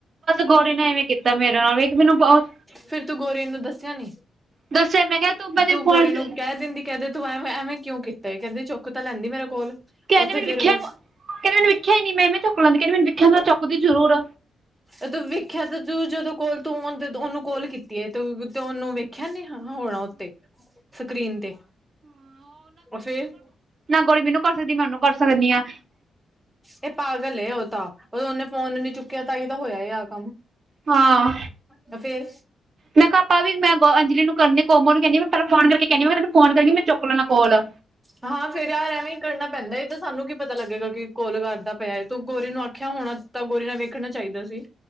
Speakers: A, on the right; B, in the centre.
A: ਗੌਰੀ ਨੇ ਐਵੇਂ ਕੀਤਾ ਮੇਰੇ ਨਾਲ ਵੇਖ ਮੈਨੂੰ ਬਹੁਤ
B: ਫਿਰ ਤੂੰ ਗੋਰੀ ਨੂੰ ਦੱਸਿਆ ਨੀ?
A: ਦੱਸਿਆ ਮੈਂ ਕਿਹਾ ਮੈਂ ਤੈਨੂੰ
B: ਤੂੰ
A: ਫੋਨ
B: ਗੋਰੀ
A: ਕਹਿੰਦੀ
B: ਨੂੰ ਕੈਹ ਦਿੰਦੀ। ਕੈ ਦੇ ਤੂੰ ਐਵ ਐਵੇਂ ਕਿਉਂ ਕੀਤਾ ਈ, ਕੈਦੇ ਚੁੱਕ ਤਾਂ ਲੈਂਦੀ ਮੇਰਾ ਕੋਲ।
A: ਕੈੰਦੀ
B: ਉੱਥੇ
A: ਮੈਨੂੰ
B: ਫਿਰ
A: ਵਿਖਿਆ ਕੋਈ, ਕੈੰਦ ਮੈਨ ਵਿਖਿਆ ਨੀ, ਮੈ ਇਮੇਂ ਚੁਕ ਲੈਂਦੀ ਕੈਂਦੀ ਮੈਨੂੰ ਵਿਖਿਆ ਹੁੰਦਾ ਚੱਕਦੀ ਜ਼ਰੂਰ।
B: ਔਤੇ ਵੇਖਿਆ ਤੇ ਤੂੰ ਜਦੋਂ ਕੋਲ ਤੂੰ ਔਨ ਦੋ ਓਨੂੰ ਕੋਲ ਕੀਤੀ ਏ, ਤੂ ਤੇ ਓਨੂੰ ਵੀ ਖੈ ਨੀ ਹਾਂ ਹੋਣਾ ਉੱਤੇ ਸਕਰੀਨ ਤੇ, ਓਹ ਫੇਰ।
A: ਕੋਰੀ ਮੈਨੂੰ ਕਰ ਸਕਦੀ ਏ ਮੈਂ ਉਨੂੰ ਕਰ ਸਕਣੀ ਆ।
B: ਏ ਪਾਗਲ ਏ ਓਹ ਤਾਂ, ਓਨੇ ਫੋਨ ਨੀ ਚੁੱਕਿਆ ਤਾਂ ਈ ਤਾਂ ਹੋਇਆ ਏ ਆਹ ਕੰਮ।
A: ਹਾਂ।
B: ਲੇ ਫੇਰ।
A: ਮੈਂ ਕਾ ਆਪਾ ਵੀ ਮੈਂ ਗੋ ਅਜਲੀ ਨੂੰ ਕਰਨੀ ਕੋਮਰ ਨੂੰ ਕੈੰਦੀ ਮੈਂ ਪੈਲਾ ਫੋਨ ਕਰਕੇ ਕੈਂਦੀ ਆਂ ਮੈਂ ਤੈਨ ਫੋਨ ਕਰਾਗੀ ਮੈਂ ਚੁੱਕ ਲੈਣਾ ਕੋਲ।
B: ਹਾਂ ਫੇਰ ਯਾਰ ਐਵੇਂ ਈ ਕਰਨਾ ਪੈਂਦਾ ਏ, ਤੇ ਸਾਨੂੰ ਕੀ ਪਤਾ ਲੱਗੇਗਾ ਕਿ ਕੋਲ ਕਰਦਾ ਪਿਆ ਐ, ਤੂੰ ਗੋਰੀ ਨੂੰ ਆਖਿਆ ਹੋਣਾ ਤਾ ਗੋਰੀ ਨਾ ਵੇਖਣਾ ਚਾਈਦਾ ਸੀ।